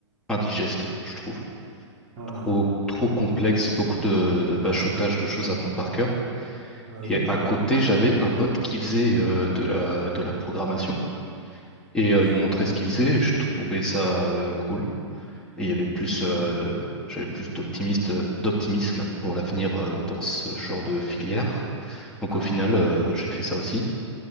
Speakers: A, in the centre; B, on the right.
A: indigestes, je trouve,
B: Ah,
A: trop trop complexes,
B: je vois bien.
A: beaucoup de de bachotage, de choses à prendre par cœur.
B: Ah
A: Et
B: oui,
A: à côté j'avais un pote qui faisait euh, de la de la programmation. Et euh,
B: je
A: il me
B: vois.
A: montrait ce qu'il faisait, et je trouvais ça euh, cool. Et il y avait plus, euh,
B: Ah,
A: j'avais plus d'optimiste, d'optimisme pour l'avenir euh, dans ce genre de filière. Donc
B: ah,
A: au final, euh, j'ai fait ça aussi.